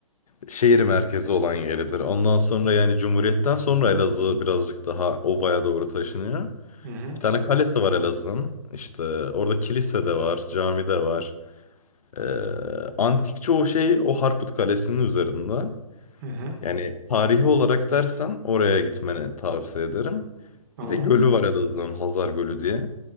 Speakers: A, on the left (about 75°); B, on the right (about 30°).
A: Şehir merkezi olan yeridir. Ondan sonra yani Cumhuriyet'ten sonra Elazığ birazcık daha ovaya doğru taşınıyor.
B: Hı hı.
A: Bir tane kalesi var Elazığ'ın. İşte orada kilise de var, cami de var. Ee, antik çoğu şey o Harput Kalesi'nin üzerinde.
B: Hı hı.
A: Yani tarihi olarak dersen oraya gitmeni tavsiye ederim.
B: Tamam.
A: Bir de gölü var Elazığ'ın Hazar Gölü diye.